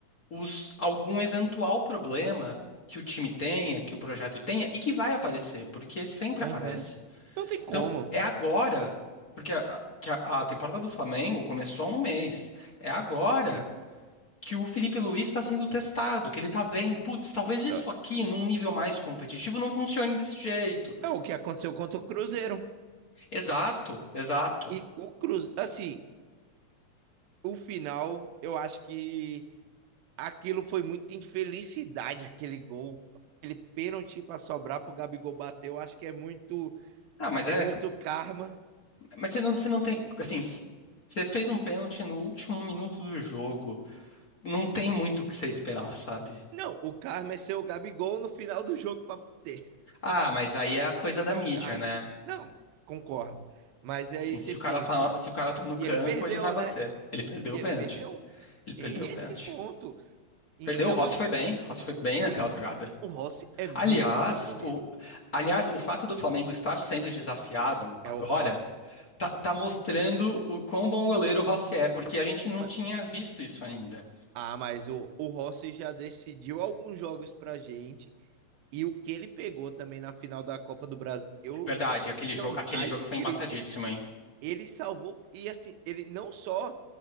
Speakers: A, on the left; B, on the right.
A: os, algum eventual problema que o time tenha, que o projeto tenha e que vai aparecer, porque sempre
B: Aham.
A: aparece.
B: Não tem como.
A: Então, é agora, porque a, que a, a temporada do Flamengo começou há um mês, é agora
B: Sim.
A: que o Felipe Luiz está sendo testado, que ele está vendo, putz, talvez isso
B: Tá.
A: aqui, num nível mais competitivo, não funcione desse jeito.
B: É o que aconteceu contra o Cruzeiro.
A: Exato, exato.
B: E o Cruzeiro, assim, o final eu acho que aquilo foi muita infelicidade, aquele gol. Aquele pênalti para sobrar pro Gabigol bater, eu acho que é muito,
A: Ah, mas
B: é
A: é,
B: muito karma.
A: Mas você não, você não tem. Assim, s- você fez um pênalti no último minuto do jogo. Não tem muito o que você esperar, sabe?
B: Não, o karma é ser o Gabigol no final do jogo para bater.
A: Ah,
B: <laughs>
A: mas aí é a coisa
B: Esse
A: da
B: é
A: mídia,
B: o karma.
A: né?
B: Não, concordo. Mas aí
A: Assim,
B: você
A: se o
B: pensa,
A: cara tá, se o cara tá no campo,
B: e ele perdeu,
A: ele vai bater.
B: né?
A: Ele perdeu
B: E
A: o
B: ele
A: pênalti.
B: perdeu.
A: Ele
B: Tem
A: perdeu o
B: esse
A: pênalti.
B: ponto. Então,
A: Perdeu, o Rossi
B: assim,
A: foi bem. Rossi foi bem naquela
B: foi...
A: jogada.
B: o Rossi é muito
A: Aliás,
B: bom goleiro.
A: o, aliás, o fato do Flamengo estar sendo desafiado agora
B: É o Rossi.
A: tá, tá mostrando o quão bom goleiro o Rossi é, porque a gente não
B: Mano,
A: tinha visto isso ainda.
B: ah, mas o, o Rossi já decidiu alguns jogos pra gente E o que ele pegou também na final da Copa do Brasil
A: Verdade, aquele
B: não
A: jogo, aquele
B: tá
A: jogo
B: escrito.
A: foi embaçadíssimo, hein?
B: Ele salvou, e assim, ele não só.